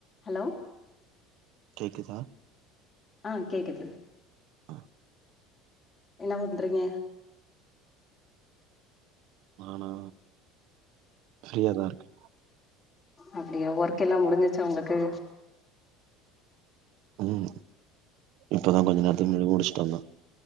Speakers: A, on the left (about 20°); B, on the right (about 55°).
A: Hello
B: கேக்குதா
A: ஆ கேக்குது
B: ஆ,
A: என்ன பண்றீங்க
B: நானா ஃப்ரீயாதா இருக்கே
A: அப்புடியா ஒர்க் எல்லா முடிஞ்சுர்ச்சா உங்குளுக்கு
B: ம் இப்பதா கொஞ்ச நேரத்துக்கு முன்னாடி முடிச்சுட்டு வந்த